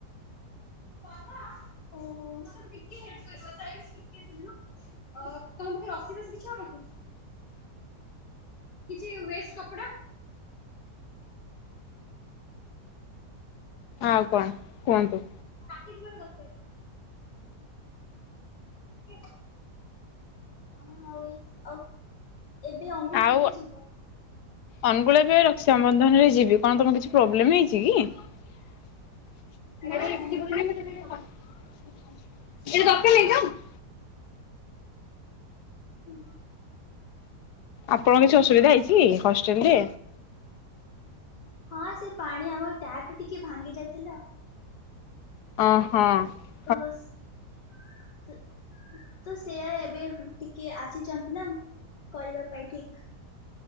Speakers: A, on the left (about 85°); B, on the left (about 75°).
A: ଓହୋ। କହିବ ସାଏବ ଟିକିଏ ଶୁଣିଲୁ, ଅ ତମ ପାଖେ ରସି ଫସି କିଛି ହବ କି? କିଛି ୱେଷ୍ଟ କପଡା?
B: ଆଉ କଣ, କୁହନ୍ତୁ।
A: ଏତିକି ମତେ ଦରକାର। ହଁ ଆଉ ଏ, ଆଉ ଏବେ ଅନଗୁଲ୍
B: ଆଉ
A: କେବେ ଯିବ?
B: ଅନୁଗୁଳ ଏବେ ରକ୍ଷାବନ୍ଧନରେ ଯିବି। କଣ ତମ କିଛି ପ୍ରୋବ୍ଲେମ୍ ହେଇଛି କି? <unintelligible>
A: ଆରେ ଏତେ ବଡ଼ ନୁହେଁ ମତେ ଖାଲି ଦରକାର ନାହିଁ ହୁଁ।
B: ଆପଣଙ୍କ କିଛି ଅସୁବିଧା ହେଇଛି ହଷ୍ଟେଲ ରେ?
A: ହଁ ସେ ପାଣି ଆମ ଟ୍ୟାଙ୍କ ଟିକେ ଭାଙ୍ଗି ଯାଇଥିଲା।
B: ଅ ହଁ।
A: ତ ତ ସେଆ ଏବେ ଟିକେ ଆସିଛନ୍ତି ନା କରିବା ପାଇଁ ଠିକ